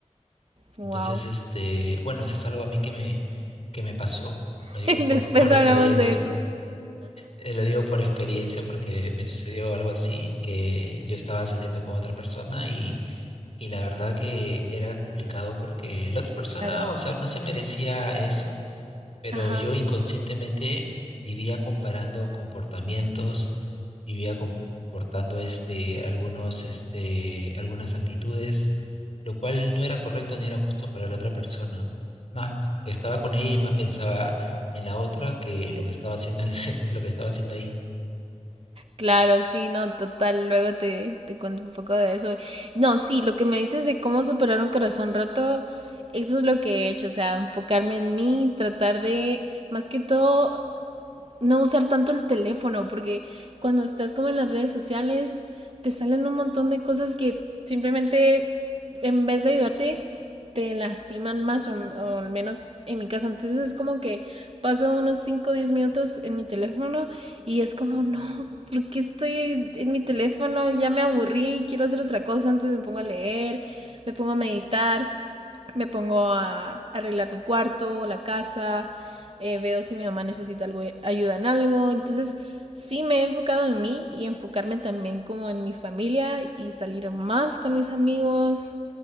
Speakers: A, on the right; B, on the left.
A: Wow.
B: Entonces, este, bueno, eso es algo a mí que me, que me pasó,
A: <laughs>
B: lo digo
A: Después
B: por, <laughs> por
A: hablamos
B: experiencia
A: de eso.
B: eh, Lo digo por experiencia porque me sucedió algo así, que yo estaba saliendo con otra persona y, y la verdad que era complicado porque la otra persona,
A: Claro.
B: o sea, no se merecía eso, pero
A: Ajá.
B: yo inconscientemente vivía comparando comportamientos, vivía comportando este, algunos, este, algunas actitudes, lo cual no era correcto ni era justo para la otra persona. Más estaba con ella y más pensaba en la otra que en lo que estaba haciendo en ese- <laughs> lo que estaba haciendo ahí.
A: Claro, sí, no, total. Luego te, te cuento un poco de eso. No, sí, lo que me dices de cómo superar un corazón roto, eso es lo que he hecho. O sea, enfocarme en mí, tratar de, más que todo, no usar tanto el teléfono, porque cuando estás como en las redes sociales, te salen un montón de cosas que simplemente en vez de ayudarte, te lastiman más, o, o al menos en mi caso. Entonces es como que paso unos cinco o 10 minutos en mi teléfono y es como, no, ¿por qué estoy en mi teléfono? Ya me aburrí, quiero hacer otra cosa, entonces me pongo a leer, me pongo a meditar me pongo a arreglar mi cuarto, la casa, eh, veo si mi mamá necesita algo, ayuda en algo. Entonces, sí me he enfocado en mí y enfocarme también como en mi familia y salir más con mis amigos,